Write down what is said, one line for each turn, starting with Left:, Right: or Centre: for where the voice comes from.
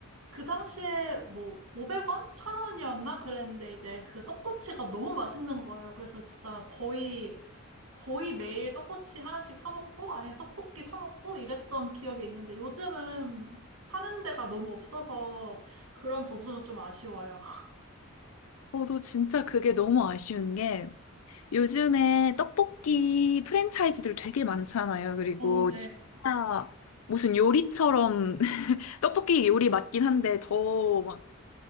Right: 그 당시에 뭐, 500원? 1000원이었나? 그랬는데, 이제 그 떡꼬치가 너무 맛있는 거예요. 그래서 진짜 거의 거의 매일 떡꼬치 하나씩 사 먹고 아니면 떡볶이 사 먹고 이랬던 기억이 있는데 요즘은 파는 데가 너무 없어서 그런 부분은 좀 아쉬워요.
Left: 저도 진짜 그게 너무 아쉬운 게 요즘에 떡볶이 프랜차이즈들 되게 많잖아요. 그리고
Right: 어, <laughs> 네.
Left: 진짜 무슨 요리처럼 <laughs> 떡볶이 요리 맞긴 한데 더 막